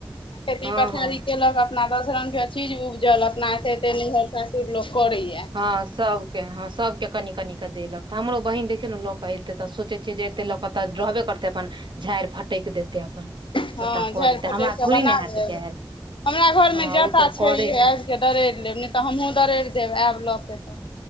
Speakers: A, on the left (about 80°); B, on the right (about 65°).
A: आ खेती
B: हँ
A: पथारी
B: हँ
A: केलक अपना दस रंग के चीज उपजल अपना एते एते नहैर सासुर लो करेया
B: हं सब के हं सब के कनी कनी कऽ देलक त हमरो बहिन देखियौ न ल क एते त सोचै छियै जे एते ल क ओ तऽ रहबे करतै अपन झाड़ि फटकि देतै अपन
A: हँ
B: सबटा कऽ
A: झाड़ि
B: देतै
A: फटकि
B: हमरा
A: कऽ
B: थोड़ी
A: बना
B: ने हैत
A: लेब
B: कैल
A: हमरा घरमे
B: हँ
A: जाँता
B: ओ तऽ
A: छैहे
B: करे
A: आयब के दरैरि लेब नहि तऽ हमहुँ दरैरि देब आयब लऽ के तऽ